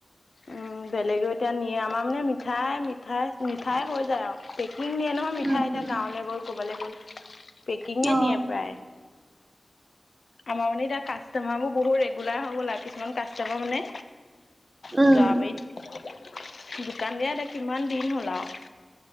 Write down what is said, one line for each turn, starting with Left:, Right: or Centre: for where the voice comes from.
Left: উম বেলেগেও এতা নিয়ে আমাৰ মানে মিঠাই মিঠাই মিঠাই হৈ যায় আৰু পেকিং নিয়ে নহয় মিঠাই
Right: উম
Left: এতিয়া
Right: উম
Left: গাঁৱলে গ'ল ক'বালে গ'ল পেকিংয়ে
Right: অ
Left: নিয়ে প্ৰায় আমাৰ মানে এতিয়া কাষ্টমাৰ বোৰ বহুত ৰেগুলাৰ হৈ গ'ল আ কিছুমান কাষ্টমাৰ মানে যোৱাবাৰীত
Right: উম
Left: দোকান দিয়া এটা কিমান দিন হ'ল আউ